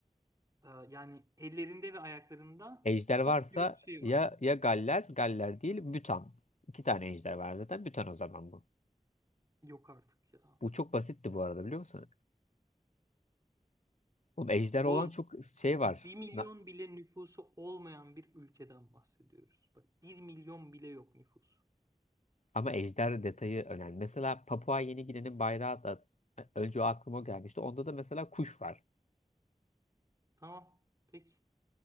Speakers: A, on the right; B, on the left.
A: e, yani ellerinde ve ayaklarında
B: Ejder
A: top
B: varsa
A: gibi bir şey
B: ya
A: var.
B: ya Galler, Galler değil, Bütan. İki tane ejder var zaten. Bütan o zaman bu.
A: Yok artık ya.
B: Bu çok basitti bu arada biliyor musun? Oğlum ejder
A: Oğlum
B: olan çok şey var.
A: bir milyon
B: Na-
A: bile nüfusu olmayan bir ülkeden bahsediyoruz. Bak bir milyon bile yok nüfusu.
B: ama ejder detayı önemli. Mesela Papua Yeni Gine'nin bayrağı da e, önce o aklıma gelmişti. Onda da mesela kuş var
A: Tamam. Peki.